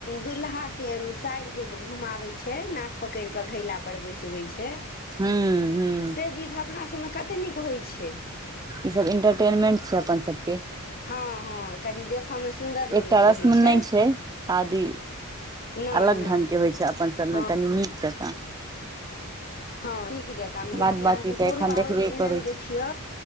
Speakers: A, on the left; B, on the right.
A: दुल्हा के साइड़ जे घुमवे छै नाक पकैड़ क घैला पर बैसबै छै
B: हूं हूं
A: से विध अपना सबमे कते नीक होइ छै
B: ई सब इंटरटेनमेंट छै अपन सबके
A: हँ हँ कनि देखयमे सुन्दर लगैत
B: एकटा रस्म
A: रहै छै
B: नहि शादी
A: नहि
B: अलग
A: नहि
B: ढंग के होइ छै अपन सभमे
A: हँ
B: कनि नीक जकाँ
A: हँ नीक जकाँ मथिलाके
B: बाद
A: अहाँके
B: बाकी तऽ
A: कोनो
B: एखन
A: पाबैन
B: देखबे
A: एहन
B: करै
A: देखियौ